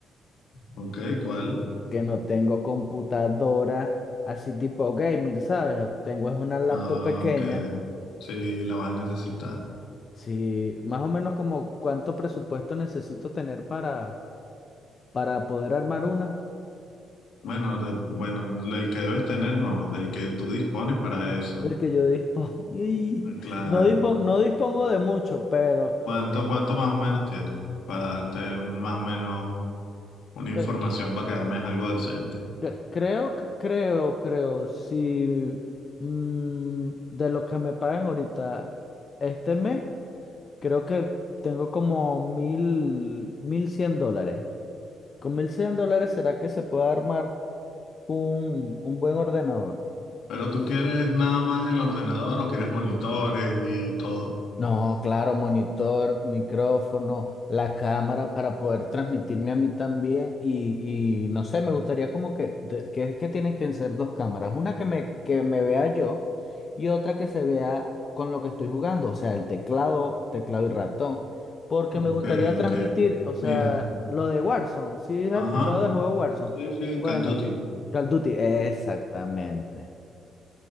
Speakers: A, on the left (about 70°); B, on the left (about 40°).
A: Ok, ¿cuál?
B: que no tengo computadora así tipo gamer, ¿sabes? Tengo es una laptop
A: Ah,
B: pequeña.
A: que sí, la vas a necesitar.
B: Sí, más o menos como cuánto presupuesto necesito tener para, para poder armar una.
A: Bueno, de, bueno, del que debes tener, no, del que tú dispones para eso.
B: del que yo dispongo. <laughs>
A: Ah, Claro.
B: No dispongo, no dispongo de mucho, pero
A: ¿Cuánto, cuánto más o menos tienes? Para darte un- más o menos una información
B: eh,
A: para que armes algo decente.
B: cre- creo, que- creo, creo, si mm, de lo que me pagan ahorita este mes, creo que tengo como mil, mil cien dólares. Con mil cien dólares, ¿será que se puede armar un, un buen ordenador?
A: Pero tú quieres nada más el ordenador o quieres monitores y todo.
B: No, claro, monitor, micrófono, la cámara para poder transmitirme a mí también y, y no sé, me gustaría como que, de- que es que tienen que ser dos cámaras, una que me, que me vea yo y otra que se vea con lo que estoy jugando, o sea, el teclado, teclado y ratón, porque
A: Ok,
B: me gustaría transmitir,
A: ok.
B: o sea,
A: Mira.
B: lo de Warzone, ¿sí has
A: Ajá.
B: escuchado del juego de Warzone?
A: Sí, sí,
B: Bueno,
A: Call of Duty.
B: Call of Duty, exactamente.